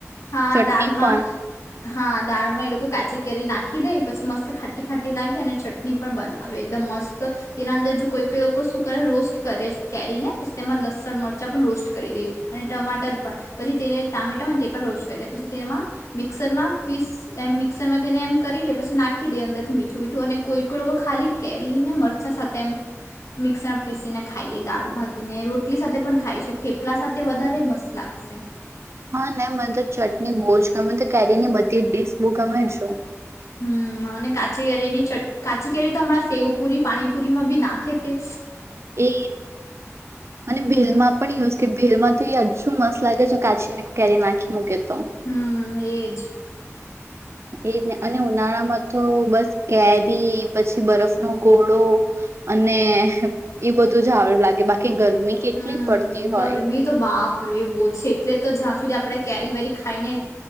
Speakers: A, on the left (about 75°); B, on the right (about 55°).
A: હા
B: ચટણી
A: દાળમાં
B: પણ
A: હા દાળમાં એ લોકો કાચી કેરી નાખ નાખી દઈ પછી મસ્ત ખાટી ખાટી લાગી અને ચટ પણ બનાવે એકદમ મસ્ત તેના અંદર જો કોઈકઈ શું કરે રોસ્ટ કરે કેરી ને પછી તેમાં લસણ મરચા પણ રોસ્ટ કરી દેવી અને ટમાટર પણ પછી તેને ટામેટા હોયને રોષ કરી દે પછી તેમાં મિક્સરમાં પીસ એમ મિક્સરમાં તેને એમ કરી લે પછી નાખી દે અંદર થી મીઠું મીઠું અને કોઈ કો લોકો ખાલી કેરીને મરચા સાથે એમ મિક્સરમાં પીસીને ખાઈ લે દાળ ભાતી ને રોટલી સાથે પણ ખાય છે થેપલા સાથે વધારે મસ્ત લાગશે
B: હા ને મને તો ચટણી બોજ ગમે તો કેરીની બધી ડીશ બ ગમે જો
A: હમ અને કાચી કેરીની કાચી કેરી તો હમણાં સેવ પુરી પાણીપુરી માં બી ના ખેતે
B: એ અને ભેલમાં પણ એ કે ભેલમાં તો હજુ મસ્ત લાગે છે કાચી ને કેરી નાખી મૂકે તો
A: હમ એજ
B: એ જ અને ઉનાળામાં તો બસ કેરી પછી બરફ ન ઘોડો અને એ બધું જારું લાગે બાકી ગરમી કેટલી
A: હમ
B: પડતી
A: ગરમી
B: હોય
A: તો બાપરે એ બહુ છે એટલે તો જ્યાં સુધી આપડા કેરી વેરી ખાઈને